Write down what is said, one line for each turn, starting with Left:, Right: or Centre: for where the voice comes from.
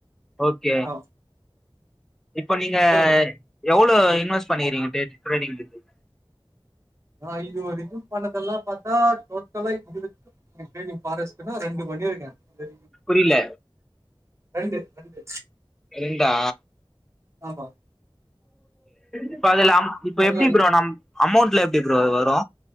Centre: ஓகே
Right: ஆ
Centre: இப்ப நீங்க
Right: சொல்லுங்க
Centre: எவ்ளோ இன்வெஸ்ட் பண்ணிறீங்க ட்ரேடிங் ட்ரேடிங்ல இருந்து
Right: நா இதுவரைக்கி பண்ணதெல்லா பாத்தா டோட்டல இதுவரைக்கு ம் சேவிங் ஃபாரஸ் <unintelligible> ரெண்டு மணி வரைக்கு
Centre: புரில
Right: ரெண்டு ரெண்டு
Centre: ரெண்டா
Right: ஆமா
Centre: இப்ப அதுலா அம் இப்ப
Right: அதுல
Centre: எப்டி ப்ரோ நம் அமௌண்ட்ல எப்டி அது வரு